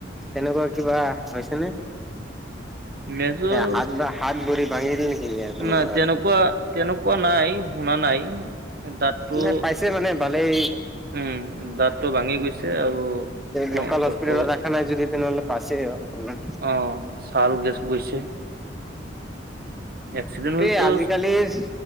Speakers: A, in the centre; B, on the right.
A: তেনেকুৱা কিবা হৈছে নে
B: মেজৰ
A: হাত বা হাত ভৰি ভাঙি দি নেকি কোনো
B: নাই
A: বা
B: তেনেকুৱা তেনেকুৱা নাই শুনা নাই দাঁতটো
A: নে পাইছে মানে ভালেই
B: উম, দাঁতটো ভাঙি গৈছে আৰু অ,
A: লোক
B: চকুৰ
A: হ্পি নাই যদি তেনেহ'লে পাছে অকনমান
B: অ ছাৰো গছ গৈছে এক্সিডেণ্ট হ'লতো
A: এই আজিকালিৰ